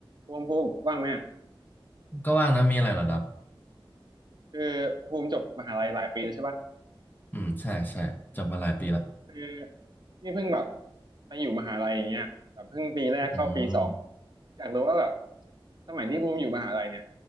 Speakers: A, on the right; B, on the left.
A: ภูมิภูมิว่างไหมอะ
B: ก็ว่างนะมีอะไรเหรอดับ
A: คือภูมิจบมหาลัยหลายปีแล้วใช่ปะ
B: อืมใช่ใช่จบมาหลายปีละ
A: คือนี่เพิ่งแบบไปอยู่มหาลัยอย่างเงี้ยแบบเพิ่งปีแรกเข้าปีสอง
B: อืม
A: อยากรู้ว่าแบบสมัยที่ภูมิอยู่มหาลัยเนี่ย